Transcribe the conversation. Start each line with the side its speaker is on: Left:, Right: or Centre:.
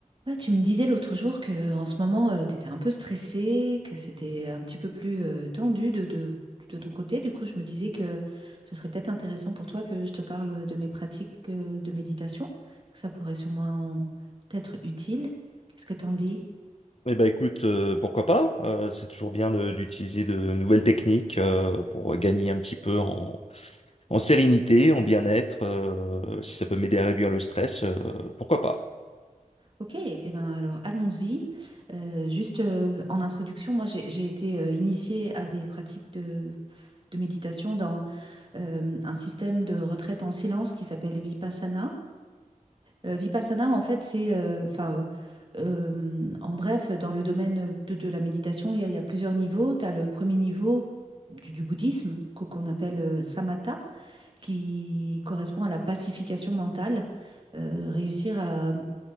Right: Ouais, tu me disais l'autre jour que en ce moment, tu étais un peu stressée, que c'était un petit peu plus euh, tendu de, de, de ton côté. Du coup, je me disais que ce serait peut-être intéressant pour toi que je te parle de mes pratiques euh, de méditation, que ça pourrait sûrement être utile. Qu'est-ce que t'en dis?
Left: Eh ben écoute, euh, pourquoi pas? Euh, c'est toujours bien de- d'utiliser de nouvelles techniques euh, pour gagner un petit peu en, en sérénité, en bien-être. euh, si ça peut m'aider à réduire le stress, euh, pourquoi pas?
Right: Ok, eh ben alors allons-y. Euh, juste euh, en introduction, moi j'ai j'ai été euh, initiée à des pratiques de, de méditation dans euh, un système de retraite en silence qui s'appelle Vipassana. Euh, Vipassana, en fait, c'est, euh, enfin, euh, euh, en bref, dans le domaine de, de la méditation, il y a, il y a plusieurs niveaux. Tu as le premier niveau du, du bouddhisme, qu'o- qu'on appelle euh, samatha, qui correspond à la pacification mentale, euh, réussir à,